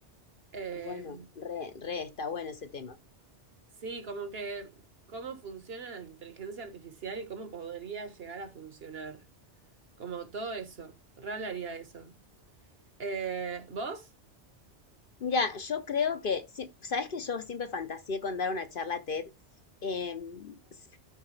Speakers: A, on the right; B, on the left.
A: Eh,
B: Bueno, re, re, está bueno ese tema.
A: sí, como que cómo funciona la inteligencia artificial y cómo podría llegar a funcionar. Como todo eso, re hablaría de eso. Eh, ¿vos?
B: Mira, yo creo que, sí, sabes que yo siempre fantaseé con dar una charla TED. Em, s-